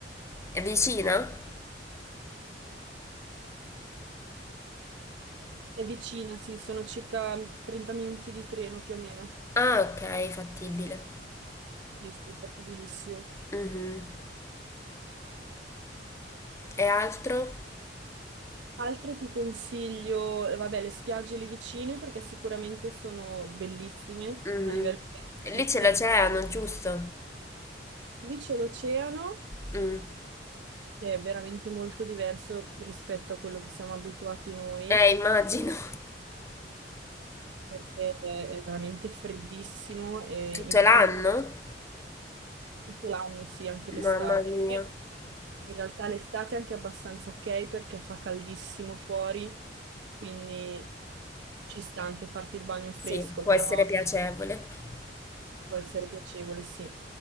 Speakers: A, on the left; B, on the right.
A: È vicina?
B: è vicina, sì, sono circa 30 minuti di treno più o meno.
A: Ah, ok, fattibile.
B: Sì, sì, fattibilissimo.
A: Mhm. E altro?
B: Altro ti consiglio, eh, vabbè, le spiagge lì vicine perché sicuramente sono bellissime
A: Mhm.
B: a livello paesaggistico.
A: Lì ce l'oceano, giusto?
B: Lì c'è l'oceano
A: Mm.
B: che è veramente molto diverso rispetto a quello che siamo abituati noi,
A: Eh, immagino. <laughs>
B: perché è veramente freddissimo e
A: Tutto
B: in
A: l'anno?
B: più tutto l'anno, sì, anche l'estate.
A: Mamma mia.
B: E In realtà l'estate è anche abbastanza ok perché fa caldissimo fuori, quindi ci sta anche farti il bagno fresco,
A: Sì, può
B: però
A: essere piacevole.
B: può essere piacevole, sì.